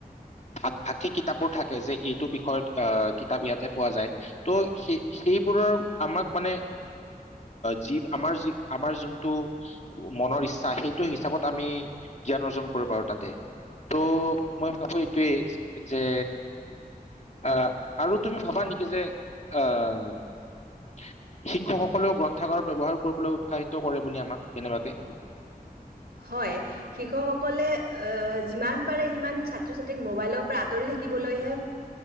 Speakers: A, on the left (about 45°); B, on the right (about 85°).
A: ভাগ ভাগকে কিতাপবোৰ থাকে যে এইটো বিষয়ত আহ কিতাপ ইয়াতে পোৱা যায় ত' সে সেইবোৰৰ আমাক মানে যি আমাৰ যি আমাৰ যোনটো মনৰ ইচ্ছা সেইটো হিচাপত আমি জ্ঞান অৰ্জন কৰিব পাৰ তাতে ত' মই ভাবো এইটোৱেই যে আহ আৰু তুমি ভাবা নেকি যে হয় শিক্ষকসকলেও গ্ৰন্থাগাৰ ব্যৱহাৰ কৰিবলৈ উৎসাহিত কৰে বুলি আমাক কেনেবাকে
B: হয়, শিক্ষকসকলে যিমান পাৰে সিমান ছাত্ৰ ছাত্ৰীক মোবাইলৰ পৰা আঁতৰি থাকিবলৈহে